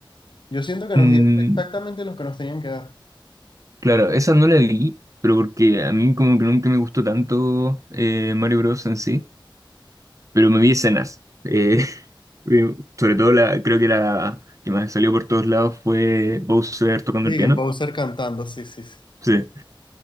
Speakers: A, on the left; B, on the right.
A: Yo siento que nos
B: Mm,
A: dieron exactamente lo que nos tenían que dar.
B: claro, esa no la vi, pero porque a mí como que nunca me gustó tanto eh, Mario Bros. en sí. Pero me vi escenas. Eh, <laughs> sobre todo la, creo que la que más salió por todos lados fue Bowser tocando
A: Sí,
B: el piano.
A: Bowser cantando, sí, sí, sí.
B: Sí,